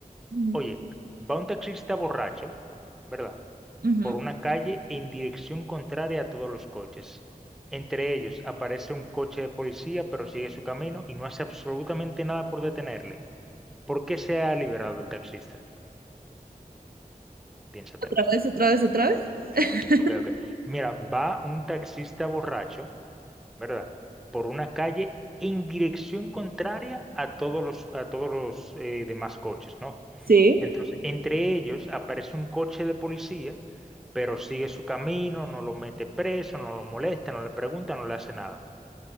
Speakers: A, on the right; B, in the centre.
A: Ujú.
B: Oye, va un taxista borracho, ¿verdad?
A: Ujú.
B: por una calle en dirección contraria a todos los coches. Entre ellos aparece un coche de policía, pero sigue su camino y no hace absolutamente nada por detenerle. ¿Por qué se ha liberado el taxista? Piénsatelo.
A: Otra vez, otra vez, otra vez. <laughs>
B: Ok, ok. Mira, va un taxista borracho, ¿verdad? Por una calle en dirección contraria a todos los, a todos los eh, demás coches, ¿no?
A: Sí.
B: Entonces, entre ellos aparece un coche de policía, pero sigue su camino, no lo mete preso, no lo molesta, no le pregunta, no le hace nada.